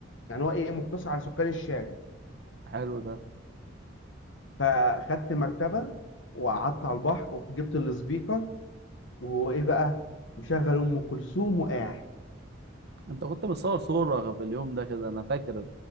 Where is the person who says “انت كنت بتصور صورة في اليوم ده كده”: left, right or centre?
Right